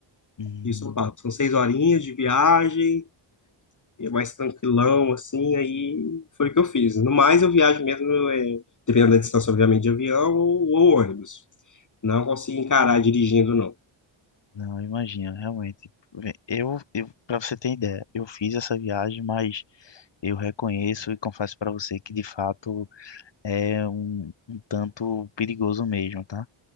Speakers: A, on the left; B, on the left.
A: hum,
B: Rio-São Paulo. São seis horinhas de viagem, é mais tranquilão, assim, aí foi o que eu fiz. No mais, eu viajo mesmo, é, dependendo da distância, obviamente, de avião ou, ou ônibus. Não consigo encarar dirigindo, não.
A: não, imagina, realmente. Vê, Eu, eu para você ter ideia, eu fiz essa viagem, mas eu reconheço e confesso para você que de fato é um, um tanto perigoso mesmo, tá?